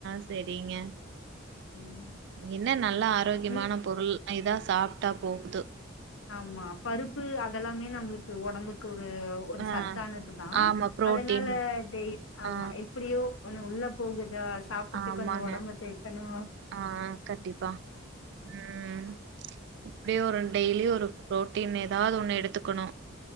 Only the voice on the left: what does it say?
ம்
ம்
ஆமா பருப்பு அதெலாமே நம்ளுக்கு ஒடம்புக்கு ஒரு ஒரு
சத்தானதுதா
அதனால டெய் ஆமா
எப்படியோ ஒன்னு உள்ளப் போகுதா சாப்டுட்டு
கொஞ்ச ஒடம்ப தேத்தணு